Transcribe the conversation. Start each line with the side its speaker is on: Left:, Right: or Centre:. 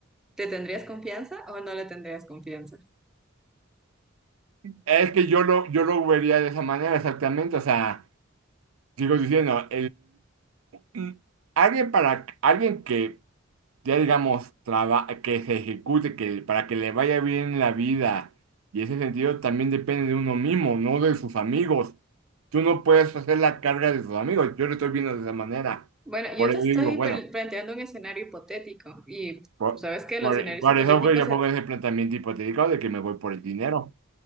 Centre: ¿Te tendrías confianza o no le tendrías confianza?
Right: Es que yo lo, yo lo vería de esa manera exactamente. O sea, sigo diciendo, Mm, Alguien para alguien que ya digamos traba- que se ejecute, que para que le vaya bien la vida. Y ese sentido también depende de uno mismo, no de sus amigos. Tú no puedes hacer la carga de sus amigos. Yo lo estoy viendo de esa manera.
Centre: Bueno,
Right: Por
Centre: yo te
Right: eso
Centre: estoy
Right: digo, bueno,
Centre: pl- planteando un escenario hipotético y
Right: por,
Centre: tú sabes que
Right: por,
Centre: los escenarios
Right: por
Centre: hipotéticos
Right: eso que yo pongo ese planteamiento hipotético de que me voy por el dinero.